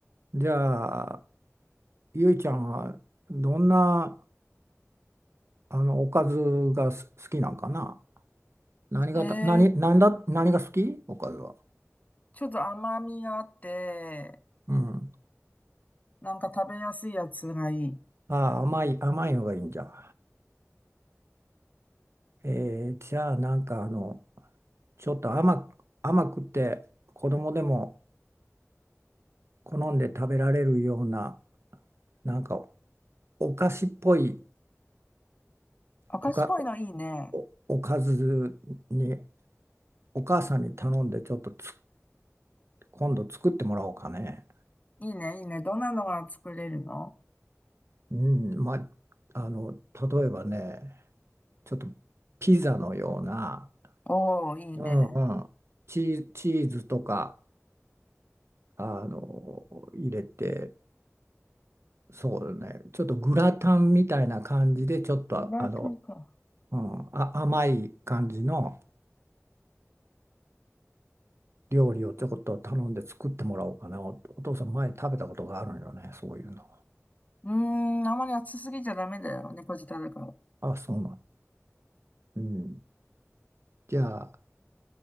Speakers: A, on the right; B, on the left.
A: じゃあ、ゆいちゃんはどんな、あの、おかずがす好きなんかな何がた、
B: えー、
A: 何、何だ、何が好きおかずは。
B: ちょっと甘みがあって、
A: うん。
B: なんか食べやすいやつがいい。
A: ああ、甘い、甘いのがいいんじゃん。えーじゃあ、なんかあの、ちょっと甘く、甘くて子供でも好んで食べられるような、なんかお菓子っぽい
B: 赤石っぽいのいいね。
A: おか、お、おかずにお母さんに頼んでちょっとつ今度作ってもらおうかね。
B: いいね、いいね。どんなのが作れるの
A: うん、まあ、あの例えばね、ちょっとピザのような
B: おー、いいね。
A: うんうん、チー、チーズとかあの入れてそうねちょっとグラタンみたいな感じでちょっとあの、
B: フライパンか。
A: うん、あ甘い感じの料理をちょこっと頼んで作ってもらおうかなお、お父さん前食べたことがあるのよねそういうの
B: うーん、あまり熱すぎちゃダメだよ。猫舌だから。
A: あそうなん、うん、じゃあ